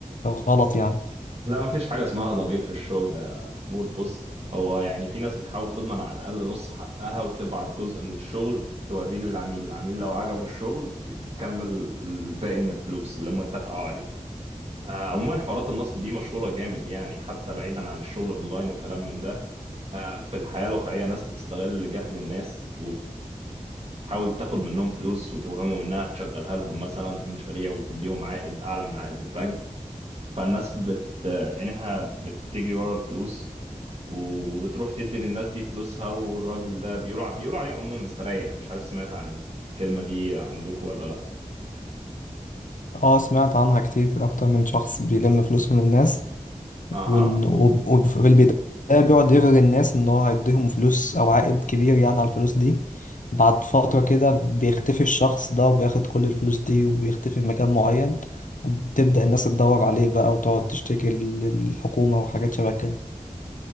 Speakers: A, on the left; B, on the right.
A: غلط يعني
B: لا مفيش حاجة اسمها ضمير في الشغل يا محمود بص هو يعني في ناس بتحاول تضمن على الأقل نص حقها وتبعت جزء من الشغل توريه للعميل العميل لو عجبه الشغل بتكمل الباقي من الفلوس اللي هم اتفقوا عليه آه، عموما حوارات النصب دي مشهورة جامد يعني حتى بعيدا عن الشغل أونلاين وكلام من ده آه، في الحياة الواقعية ناس بتستغل جهل الناس وحاول تاخد منهم فلوس وتوهمهم إنها تشغلها لهم مثلا في مشاريع وتديهم عائد أعلى من عائد البنك فالناس بت عينها بتجري ورا الفلوس وبتروح تدي للناس دي فلوسها والراجل ده بيقولوا بيقولوا عليه عموما مستريح مش عارف سمعت عن الكلمة دي عندكم ولا لا
A: اه سمعت عنها كتير أكتر من شخص بيلم فلوس من الناس
B: اها
A: وإن- وب- وفي البداية بيقعد يغري الناس إن هو هيديهم فلوس أو عائد كبير يعني على الفلوس دي بعد فترة كده بيختفي الشخص ده وبياخد كل الفلوس دي وبيختفي في مكان معين وبتبدأ الناس تدور عليه بقى وتقعد تشتكي للحكومة وحاجات شبه كده